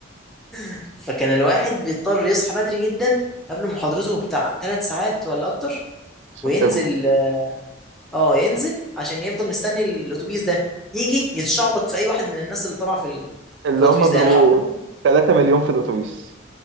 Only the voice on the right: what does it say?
عشان
تلحق
اللي
هم بيبقوا
3 مليون في الأتوبيس